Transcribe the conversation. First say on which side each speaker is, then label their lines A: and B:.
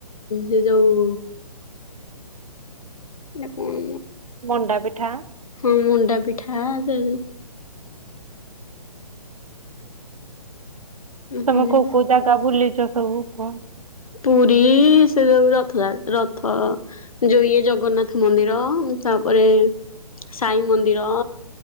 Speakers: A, on the left; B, on the right.
A: ସେଯୋଉ ଏଟା କଣମୋ
B: ମଣ୍ଡା ପିଠା
A: ହଁ ମୁଣ୍ଡା ପିଠା ଦେ
B: ତମେ
A: ପୂର୍ଣ୍ଣିମା
B: କୋଉ କୋଉ ଜାଗା ବୁଲିଚ ସବୁ କୁହ?
A: ପୁରୀ ସେଯଉ ରଥଯା ରଥ ଯଇଏ ଜଗନ୍ନାଥ ମନ୍ଦିର ତାପରେ ସାଇଁ ମନ୍ଦିର